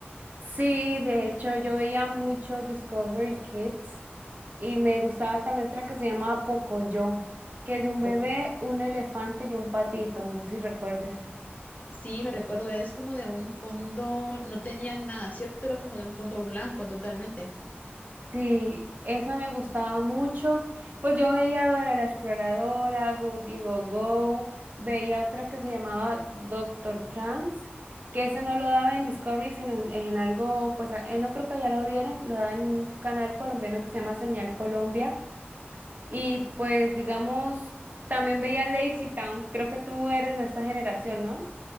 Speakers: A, on the right; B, on the left.
A: Sí, de hecho yo veía mucho Discovery Kids y me gustaba también otra que se llamaba Pocoyo, que es de un
B: Poco
A: bebé,
B: yo.
A: un elefante y un patito, no sé si recuerdes.
B: Sí, me recuerdo, es como de un fondo, no tenían nada, ¿cierto? Era como de un fondo blanco totalmente.
A: Sí, esa me gustaba mucho. Pues yo veía Dora la Exploradora, Go Digo Go, veía otra que se llamaba Doctor Trans, que ese no lo daban en Discovery, sino en, en algo, pues a- eh, no creo que ya lo dieran, lo daban en un canal colombiano que se llama Señal Colombia Y pues, digamos, también veía Lazy Town. Creo que tú eres de esta generación,
B: Sí,
A: ¿no?